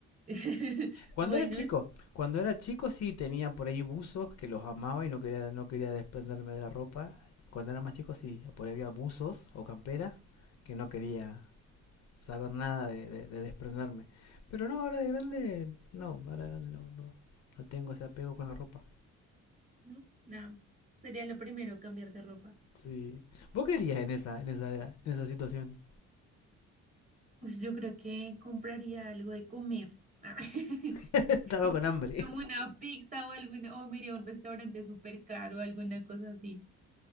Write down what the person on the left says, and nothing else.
Cuando
era chico, cuando era chico sí tenía por ahí buzos que los amaba y no quería, no quería desprenderme de la ropa. Cuando era más chico sí, por ahí había buzos o camperas que no quería saber nada de, de, de desprenderme. Pero no, ahora de grande, no, ahora de grande no, no, no tengo ese apego con la ropa.
Sí. ¿Vos qué harías en esa, en esa en esa situación?
<laughs> Estaba con hambre.